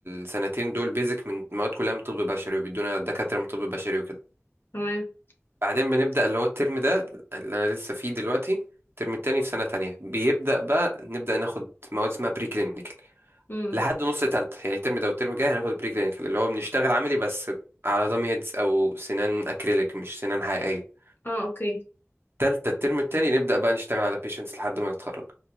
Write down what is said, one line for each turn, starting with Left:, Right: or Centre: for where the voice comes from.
Right: سنتين دول بيزك من مواد كلها من طب بشري وبيدونا دكاتره من طب بشري وكده
Left: تمام
Right: بعدين بنبدا اللي هو الترم ده اللي انا لسه فيه دلوقتي الترم التاني في سنه تانية بيبدا بقى نبدا ناخد مواد اسمها بري كلينيكال
Left: امم
Right: لحد نص تالتة يعني الترم ده والترم الجاي هناخد بري كلينيكال اللي هو بنشتغل عملي بس على دام هيدز او سنان اكريليك مش سنان حقيقيه
Left: اه اوكي
Right: تالتة الترم التاني نبدا بقى نشتغل على بيشنتس لحد ما نتخرج